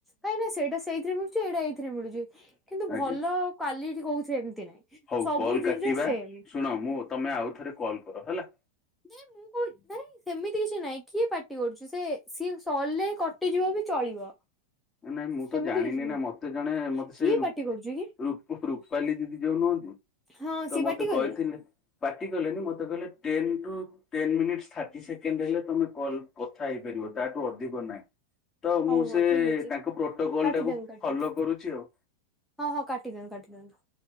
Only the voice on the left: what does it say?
ଆଜ୍ଞା
ହଉ
କଲ୍ କାଟିବା
ଶୁଣ ମୁଁ ତମେ ଆଉ ଥରେ କଲ୍ କର ହେଲା
ହୁଁ
ନାଇଁ ମୁଁ ତ
ଜାଣିନି
ନା ମତେ ଜଣେ ମତେ ସେ
ରୁପାଲି
ଦିଦି ଯୋଉ ନୁହନ୍ତି
ତ ମତେ
କହିଥିଲେ ପାର୍ଟି କଲେନି ମତେ କହିଲେ ଟେନ ଟୁ ଟୋନ୍ ମିଟିନି ଥାର୍ଟି ସେଣ୍ଡ ହେଲେମେ କଲ୍ କଥା ହେଇପାରିବ ତାଠୁ ଅଧିକ ନାହିଁ ତ ମୁଁ
ସେ
ତାଙ୍କ ପ୍ରୋଟୋକଲ
ଟାକୁ
ଫଲୋ କରୁଛି ଆଉ